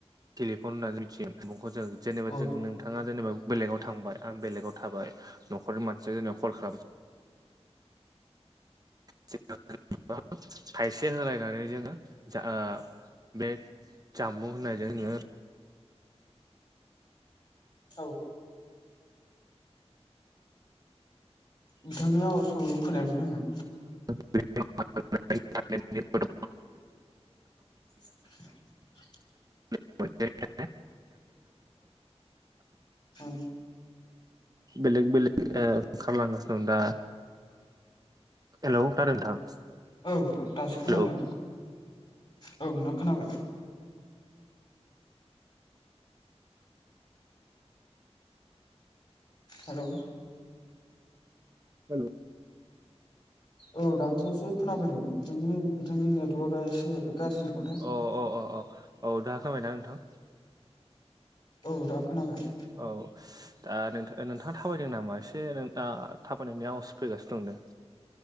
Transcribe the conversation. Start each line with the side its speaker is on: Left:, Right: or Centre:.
Right: थेलिफन होननानै जों मिथियो जामुं खौ जों जेनेबा
Left: औ
Right: जों नों थाङा जेनेबा बेलेगाव थांबाय आं बेलेगाव थाबाय न'खरनि मानसिया जेनेबा कल खालाम <unintelligible> थायसे होलायनानै जोङो जा बे जामबुं होननाय जोङो
Left: औ बिथांनि आवस खोनायासै आङो।
Right: <unintelligible>
Left: <inaudible>
Right: <unintelligible>
Left: औ
Right: बेलेग बेलेग खालामलांगासिनो दं दा हेलौ खोनादों नोंथां?
Left: औ दासो खोनादों
Right: हेलौ
Left: औ नोंथां खोनाबाय। हेल'।
Right: हेल'।
Left: औ दाखलिोससे खोनाफैदों बिथांनि बिथांनि नेटवरकआ एसे गाज्रि नथाय
Right: अ अ अ अ औ दा खोनाबाय ना नोंथां?
Left: औ दा खोनाबाय।
Right: औ दा नोंथा नोंथाङा थाबायदों नामा एसे दा थाबायनायनि आवास फैगासिनो दंदों